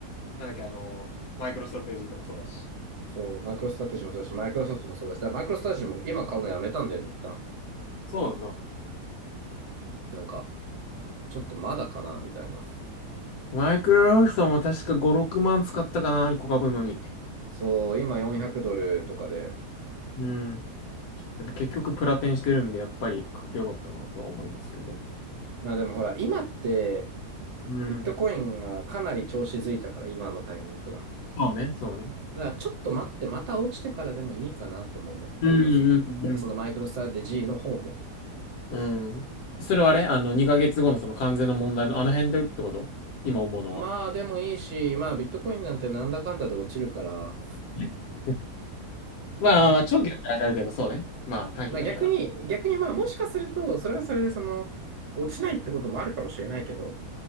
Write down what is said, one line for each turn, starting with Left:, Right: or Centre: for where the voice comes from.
Left: なんだっけ、あのーマイクロストラテジーとかそうだし。
Right: そう、マイクロストラテジーもそうだし、マイクロソフトもそうだし、だからマイクロストラテジーも今買うのやめたんだよね、一旦。
Left: そうなんだ。
Right: なんか、ちょっとまだかな、みたいな。
Left: マイクロソフトも確か5、6万使ったかな、1個買うのに。
Right: そう、今400ドルとかで。
Left: うん。やっぱ結局プラテンしてるんで、やっぱり買ってよかったなとは思いますけど。
Right: まあでもほら、今って、
Left: うん。
Right: ビットコインがかなり調子づいたから、今のタイミングが。
Left: そうね、そうね。
Right: だからちょっと待って、また落ちてからでもいいかなとも思ったりはするんだけど、
Left: うんうん
Right: そのマイクロストラテジーの方も。
Left: うん。うん。それはあれあの、2ヶ月後のその完全の問題のあの辺でってこと今思うのは。
Right: まあでもいいし、まあビットコインなんてなんだかんだで落ちるから、
Left: <laughs> まあまあまあ、
Right: うん
Left: 長期だったらあれだけど、そうね。まあ短期だったら。
Right: まあ逆に、逆にまあもしかすると、それはそれでその、落ちないってこともあるかもしれないけど、